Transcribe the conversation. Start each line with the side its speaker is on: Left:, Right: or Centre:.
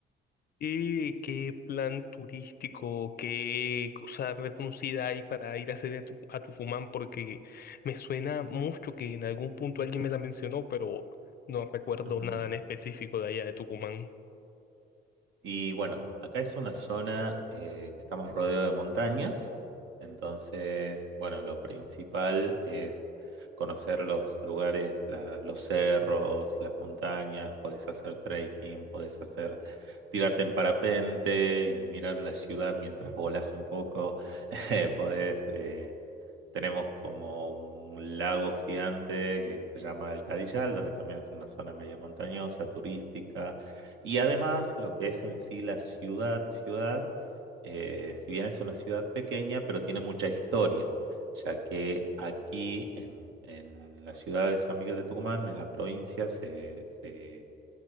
Left: ¿Y qué plan turístico, qué cosa reconocida hay para ir a hacer a, tu, a Tucumán? Porque me suena mucho que en algún punto alguien me la mencionó, pero no recuerdo
Right: Ujú.
Left: nada en específico de allá de Tucumán.
Right: Y bueno, acá es una zona eh, que estamos rodeados de montañas, entonces, bueno, lo principal es conocer los lugares, la- los cerros, las montañas, podés hacer trekking, podés hacer, tirarte en parapente y mirar la ciudad mientras volás un poco, <laughs> eh, podés, eh, tenemos como un lago gigante que se llama el Cadillal, donde también es una zona medio montañosa, turística. Y además, lo que es en sí la ciudad, ciudad, eh, si bien es una ciudad pequeña, pero tiene mucha historia, ya que aquí en, en la ciudad de San Miguel de Tucumán, en la provincia, se se